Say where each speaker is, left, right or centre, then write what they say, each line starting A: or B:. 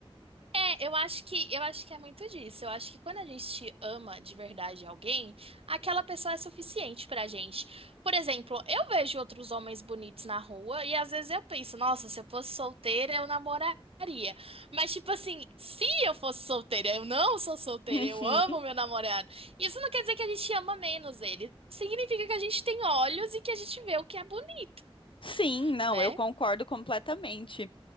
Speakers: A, on the right; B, on the left.
A: É, eu acho que eu acho que é muito disso. Eu acho que quando a gente ama de verdade alguém, aquela pessoa é suficiente pra gente. Por exemplo, eu vejo outros homens bonitos na rua e às vezes eu penso, nossa, se eu fosse solteira, eu namoraria. Mas tipo assim, se eu fosse solteira, eu não sou solteira,
B: Uhum.
A: eu amo meu namorado. Isso não quer dizer que a gente ama menos ele. Significa que a gente tem olhos e que a gente vê o que é bonito,
B: Sim, não,
A: né?
B: eu concordo completamente.